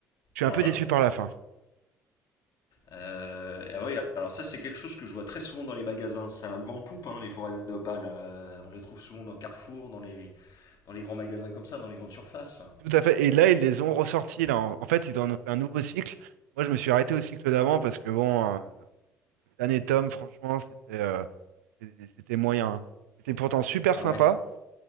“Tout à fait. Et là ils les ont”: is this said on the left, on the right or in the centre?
Right